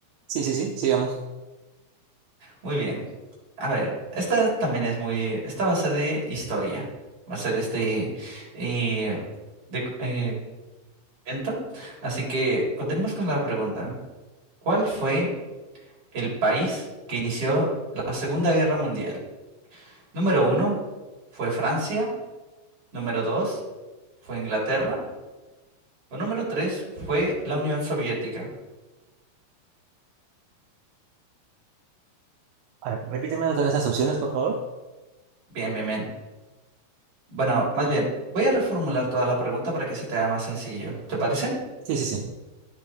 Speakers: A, on the right; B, on the right.
A: Sí, sí, sí, sigamos.
B: Muy bien. A ver, esta también es muy... Esta va a ser de historia. Va a ser este... Y, de, eh, momento. Así que continuemos con la pregunta. ¿Cuál fue el país que inició la Segunda Guerra Mundial? Número uno fue Francia, número dos fue Inglaterra o número tres fue la Unión Soviética.
A: A ver, repíteme otra vez las opciones, por favor.
B: Bien, bien, bien. Bueno, más bien, voy a reformular toda la pregunta para que se te haga más sencillo. ¿Te parece?
A: Sí, sí, sí.